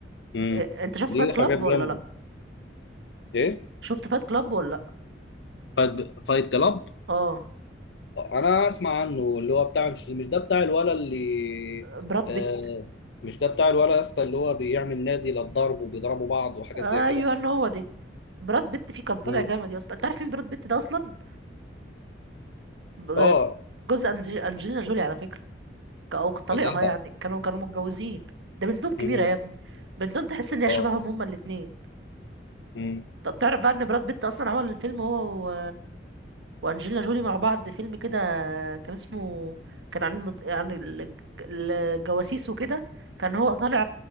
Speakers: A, on the left (about 70°); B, on the right (about 80°).
A: مم.
B: إيه، انت شفت
A: دي
B: فايت كلاب
A: حاجات جامدة
B: ولا لا
A: ايه
B: شفت فايت كلاب ولا لا
A: فايت فايت كلاب
B: اه
A: انا اسمع عنه اللي هو بتاع مش مش ده بتاع الولا اللي
B: براد
A: آه
B: بيت
A: مش ده بتاع الولا يا اسطى اللي هو بيعمل نادي للضرب وبيضربوا بعض وحاجات
B: ايوه
A: زي كده
B: ان هو دي براد بيت فيه كان طالع
A: مم.
B: جامد يا اسطى انت عارف مين براد بيت ده اصلا ب-
A: اه
B: جوز أنج- انجلينا جولي على فكره ك- او طليقها
A: يا جدع
B: يعني كانوا كانوا متجوزين ده بنتهم كبيره
A: مم.
B: يا ابني بنتهم تحس ان هي
A: اه
B: شبههم هما الاثنين
A: مم.
B: طب تعرف بقى ان براد بيت اصلا عمل الفيلم هو و... وانجلينا جولي مع بعض فيلم كده كان اسمه كان عن مد- عن ال- الج- الجواسيس وكده كان هو طالع